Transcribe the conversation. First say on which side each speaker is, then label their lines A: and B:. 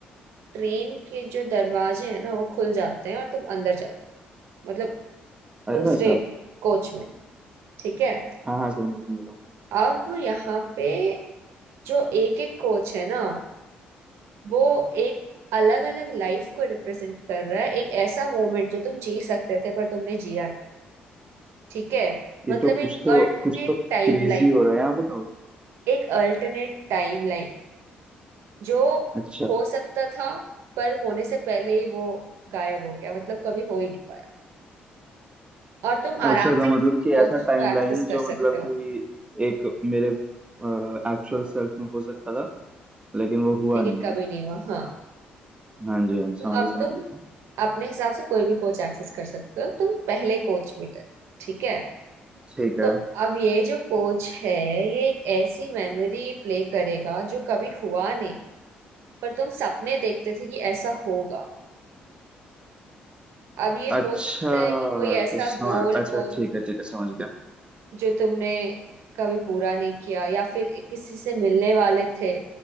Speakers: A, on the right (about 70°); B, on the right (about 25°).
A: ट्रेन के जो दरवाजे हैं ना वो खुल जाते हैं और तुम अंदर जाते हो मतलब
B: अरे
A: दूसरे
B: भाई साहब
A: कोच में ठीक है
B: हाँ हाँ समझ रहा समझ रहा हूँ
A: अब यहाँ पे जो एक एक कोच है ना वो एक अलग अलग लाइफ को रिप्रेजेंट कर रहा है एक ऐसा मोमेंट जो तुम जी सकते थे पर तुमने जिया नहीं ठीक है
B: ये
A: मतलब
B: तो कुछ
A: एक
B: तो
A: अल्टरनेट
B: कुछ तो क्रेजी
A: टाइमलाइन
B: हो रहा है यहाँ पे तो
A: एक अल्टरनेट टाइमलाइन जो
B: अच्छा
A: हो सकता था पर होने से पहले ही वो गायब हो गया मतलब कभी हो ही नहीं पाया और तुम
B: अच्छा
A: आराम से
B: तो
A: किसी
B: मतलब
A: भी
B: कि
A: कोच
B: ऐसा टाइमलाइन
A: को एक्सेस
B: जो
A: कर सकते
B: मतलब
A: हो
B: कि एक मेरे एक्चुअल सेल्फ में हो सकता था लेकिन वो हुआ
A: लेकिन
B: नहीं
A: कभी
B: है ना
A: नहीं हुआ हाँ
B: हाँ जी हाँ जी
A: तो
B: समझ गया
A: अब
B: समझ
A: तुम
B: गया
A: अपने हिसाब से कोई भी कोच एक्सेस कर सकते हो तुम पहले कोच में गए ठीक है
B: ठीक है
A: तो अब ये जो कोच है ये एक ऐसी मेमोरी प्ले करेगा जो कभी हुआ नहीं पर तुम सपने देखते थे कि ऐसा होगा अब ये
B: अच्छा
A: हो सकता है कि कोई
B: तो
A: ऐसा
B: सम...
A: गोल
B: अच्छा
A: हो
B: ठीक है ठीक है समझ गया
A: जो तुमने कभी पूरा नहीं किया या फिर किसी से मिलने वाले थे